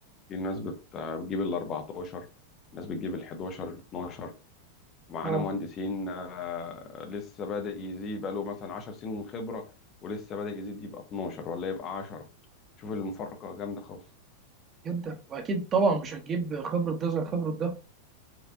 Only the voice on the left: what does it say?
في ناس بت- بتجيب ال 14 ناس بتجيب ال 11 ال 12 ومعانا
مهندسين آه، لسه بادئ يزيد بقاله مثلا 10 سنين خبرة ولسه بادئ يزيد يبقى 12 ولا يبقى 10 شوف المفارقة جامدة خالص